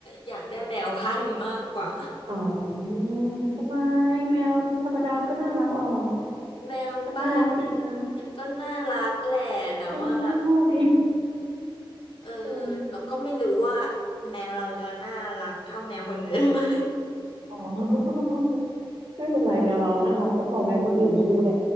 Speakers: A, on the left; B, on the right.
A: อยากได้แมวพันธุ์มากกว่า
B: อ๋อทำไมแมวธรรมดาก็น่ารักออก
A: <laughs> แมวบ้านมันมันก็น่ารักแหละแต่ว่า
B: มันน่ารักดีนะมันน่าโง่ดี
A: เออ
B: อืม
A: เราก็ไม่รู้ว่าแมวเราจะน่ารักเท่าแมวคนอื่นไหม
B: อ๋อ <laughs> ไม่เป็นไรแมวเราน่ารักก็พอแมวคนอื่นไม่รู้แหละ